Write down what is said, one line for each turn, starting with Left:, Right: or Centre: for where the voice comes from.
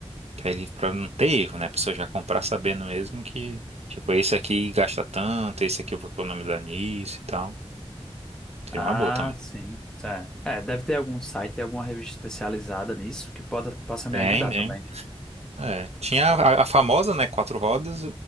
Right: Que aí pra não ter erro, né? A pessoa já comprar sabendo mesmo que, tipo, esse aqui gasta tanto, esse aqui eu vou economizar nisso e tal. Seria
Centre: Ah,
Right: uma boa também.
Centre: sim. Tá. É, deve ter algum site, alguma revista especializada nisso que possa, possa me
Right: Tem,
Centre: ajudar
Right: tem.
Centre: também.
Right: É. Tinha a, a famosa, né? Quatro Rodas,